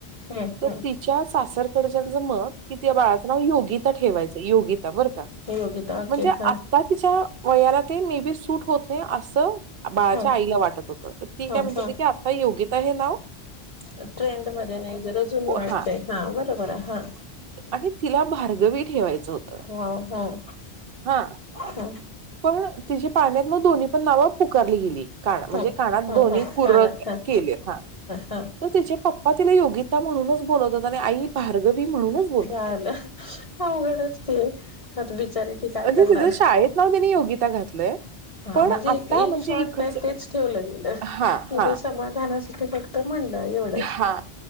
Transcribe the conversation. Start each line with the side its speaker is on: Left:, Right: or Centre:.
Left: हम्म हम्म
Right: तर
Left: हम्म
Right: तिच्या सासरकडच्याच मत कि त्या बाळाचं नाव योगिता ठेवायचं योगिता बरं का
Left: हम्म योगिता ओके
Right: म्हणजे
Left: हं
Right: आता तिच्या वयाला ते मे बी सुट होत नाही असं बाळाच्या
Left: हं
Right: आईला वाटत होत तर ती काय
Left: हं
Right: म्हणत
Left: हं
Right: होती की आता योगीता हे नाव खूप
Left: ट्रेंड मध्ये नाही जरा जुनं वाटतय
Right: हां
Left: हा बरोबर आहे हा
Right: आणि तिला भार्गवी ठेवायचं. जो त
Left: वाव हं
Right: हा
Left: हं
Right: पण तिची पाळण्यात मग दोन्ही पण नावं पुकारली गेली कान म्हणजे
Left: हं
Right: कानात
Left: हं
Right: दोन्ही
Left: हं
Right: कुर्र
Left: कानात हं
Right: केलेत हा.
Left: हं
Right: तर तिचे पप्पा तिला योगिता म्हणूनच बोलवत होते आणि आई भार्गवी म्हणूनच बोलवतात.
Left: झालं आवघडच की हे आता बिचारी ती काय
Right: म्हणजे
Left: करणार.
Right: तिचं शाळेत नाव त्यांनी योगिता घातलंय
Left: हा
Right: पण
Left: म्हणजे
Right: आता
Left: इन
Right: म्हणजे
Left: शॉर्ट
Right: इकडच
Left: काही तेच ठेवलं गेलं
Right: हा
Left: म्हणजे
Right: हा
Left: समाधानासाठी फक्त एवढंच
Right: हा